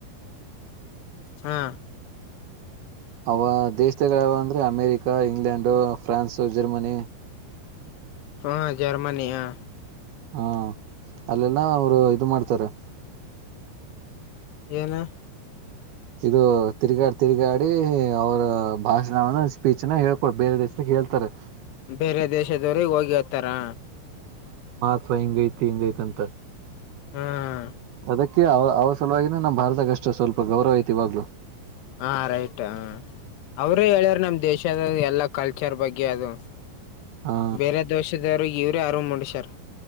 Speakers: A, on the left; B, on the right.
A: ಹಾ
B: ಅವ ದೇಶದಗಳಾವ ಅಂದ್ರೆ ಅಮೇರಿಕ ಇಂಗ್ಲೆಂಡು ಫ್ರಾನ್ಸ್ ಜರ್ಮನಿ
A: ಹ ಜಾರಮಾನಿ ಆ
B: ಹಾ ಅಲ್ಲೆಲ್ಲ ಅವರ್ ಇದ್ ಮಾಡ್ತಾರೆ.
A: ಏನು.
B: ಇದು ತಿರುಗಾಡಿ ತಿರುಗಾಡಿ ಅವರ್ ಭಾಷಣನ್ನ ಸ್ಪೀಚ್ನ ಹೇಳ್ಕೊಡ್ ಬೇರೆ ದೇಶಕ್ಕೆ ಹೇಳ್ತಾರೆ.
A: ಬೇರೆ ದೇಶದವ್ರ ಹೋಗಿ ಹೆಲ್ತಾರೆ.
B: ಅಥವಾ ಹಿಂಗೈತಿ ಹಿಂಗೈತ್ಂತ
A: ಹ್ಮ್
B: ಅದಕ್ಕೆ ಅವ್ ಸಲುವಾಗಿನೇ ನಮ್ಮ್ ಭಾರತಕ್ಕ ಅಷ್ಟೇ ಸ್ವಲ್ಪ ಗೌರವ ಐತಿ ಇವಾಗಲು.
A: ಹ ರೈಟ್ ಹ ಅವ್ರೇ ಹೇಳ್ಯಾರ ನಮ್ ದೇಶದ ಎಲ್ಲ ಕಲ್ಚರ್ ಬಗ್ಗೆ ಅದು
B: ಹಾ
A: ಬೇರೆ ದೋಷದವರು ಇವರು ಆರ್ವ ಮೂಡಿಷರ್